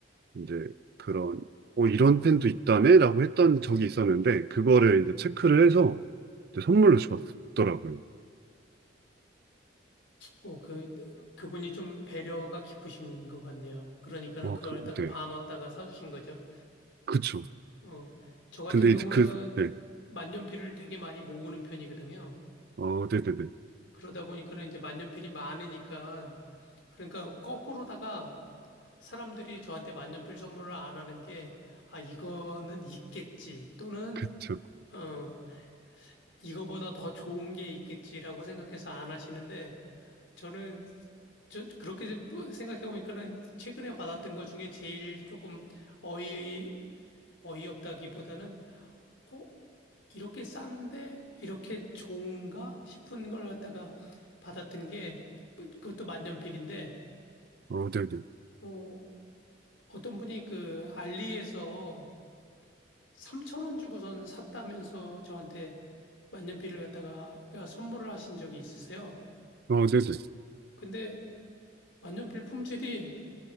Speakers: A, on the right; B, on the left.
A: 이제 그런, 어, 이런 펜도 있다네? 라고 했던 적이 있었는데, 그거를 이제 체크를 해서 이제 선물로 줬더라고요.
B: 오, 그, 그분이 좀 배려가 깊으신 것 같네요. 그러니까는
A: 어,
B: 그걸
A: 그,
B: 갖다가
A: 네.
B: 반 왔다가 사주신 거죠.
A: 그쵸.
B: 어, 저 같은
A: 근데
B: 경우는
A: 이제 그, 네.
B: 만년필을 되게 많이 모으는 편이거든요.
A: 어, 네네네.
B: 그러다 보니까는 이제 만년필이 많으니까, 그러니까 거꾸로다가 사람들이 저한테 만년필 선물을 안 하는 게, 아, 이거는 있겠지. 또는,
A: 그쵸.
B: 어, 이거보다 더 좋은 게 있겠지라고 생각해서 안 하시는데, 저는, 저, 그렇게 뭐 생각해 보니까는 최근에 받았던 것 중에 제일 조금 어이, 어이없다기보다는, 어, 이렇게 싼데, 이렇게 좋은가? 싶은 걸 갖다가 받았던 게, 그것도 만년필인데,
A: 어, 네네.
B: 어, 어떤 분이 그 알리에서 3천 원 주고선 샀다면서 저한테 만년필을 갖다가 그러니까 선물을 하신 적이 있으세요.
A: 어, 네네.
B: 근데 만년필 품질이